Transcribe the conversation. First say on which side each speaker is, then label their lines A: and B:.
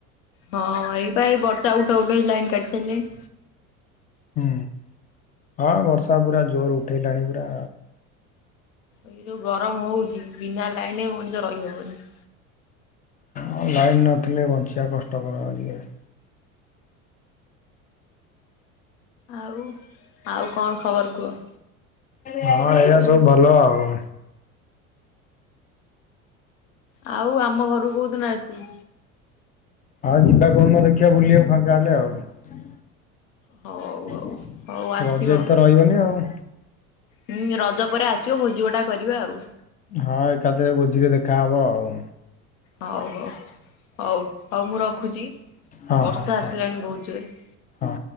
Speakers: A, on the left; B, on the left.
A: ହଁ ଏଇ ପା ଏଇ ବର୍ଷା ଉଠ ଉଠେଇ ଲାଇନ୍ କାଟିିସାଇଲାଇଁ।
B: ହୁଁ ହଁ ବର୍ଷା ପୁରା ଜୋର ଉଠାଇଲାଣି ପୁରା।
A: ଏ ଯୋଉ ଗରମ ହଉଛି ବିନା ଲାଇନରେ ମଣିଷ ରହିହବନି।
B: ହଁ ଲାଇନ୍ ନଥିଲେ ବଞ୍ଚିବା କଷ୍ଟକର ଆଜିକାଲି।
A: ଆଉ ଆଉ କଣ ଖବର କୁହ?
B: ହଁ ଏଇଆ ସବୁ ଭଲ ଆଉ।
A: ଆଉ ଆମ ଘରକୁ କୋଉଦିନ ଆସିବୁ?
B: ହଁ ଯିବା କଉଦିନ ଦେଖିବା ବୁଲିବାକୁ ଫାଙ୍କା ହେଲେ ଆଉ।
A: ହଉ ହଉ
B: <inaudible>
A: ହଉ ଆସିବ
B: ରଜରେ ତ ରହିବନି ଆଉ।
A: ହୁଁ ରଜ ପରେ ଆସିବ ଭୋଜି ଗୋଟାଏ କରିଵା ଆଉ।
B: ହଁ ଏକାଥରେ ଭୋଜିରେ ଦେଖାହବ ଆଉ।
A: ହଉ ହଉ ହଉ ହଉ ମୁଁ ରଖୁଛି
B: ହଁ
A: ବର୍ଷା
B: ହଁ ହଁ
A: ଆସିଲାଣି ବହୁତ ଜୋରେ।
B: ହଁ